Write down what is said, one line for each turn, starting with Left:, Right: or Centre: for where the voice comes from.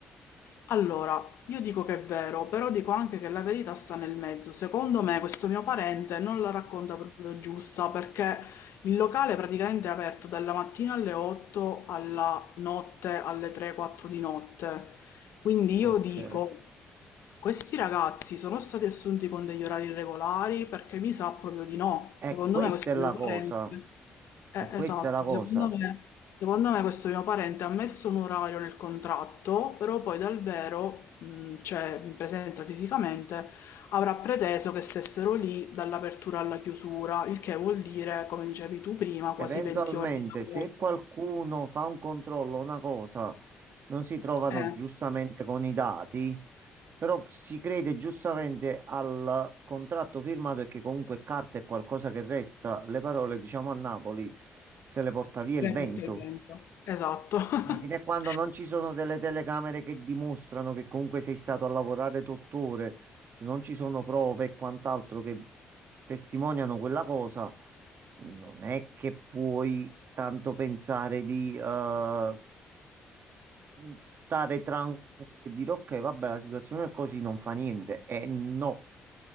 Left: Allora, io dico che è vero, però dico anche che la verità sta nel mezzo. Secondo me questo mio parente non la racconta proprio giusta perché il locale praticamente è aperto dalla mattina alle 8 alla notte alle 3-4 di notte. Quindi io
Right: Ok.
Left: dico, questi ragazzi sono stati assunti con degli orari regolari perché mi sa proprio di no.
Right: E
Left: Secondo
Right: questa
Left: me questo
Right: è la
Left: mio parente...
Right: cosa.
Left: Eh,
Right: E questa
Left: esatto,
Right: è la cosa.
Left: secondo me... Secondo me questo mio parente ha messo un orario nel contratto, però poi dal vero, mh, cioè in presenza fisicamente, avrà preteso che stessero lì dall'apertura alla chiusura, il che vuol dire, come dicevi tu prima,
Right: Eventualmente,
Left: quasi 20 ore di lavoro.
Right: se qualcuno fa un controllo, una cosa, non si trovano
Left: Eh,
Right: giustamente con i dati, però si crede giustamente al contratto firmato e che comunque carta è qualcosa che resta. Le parole, diciamo a Napoli, se le porta via il
Left: eh,
Right: vento.
Left: perché il vento. Esatto. <laughs>
Right: Quindi fino a quando non ci sono delle telecamere che dimostrano che comunque sei stato a lavorare otto ore, se non ci sono prove e quant'altro che testimoniano quella cosa, non è che puoi tanto pensare di eh, stare tranquillo e dire ok, vabbè, la situazione è così, non fa niente. E no,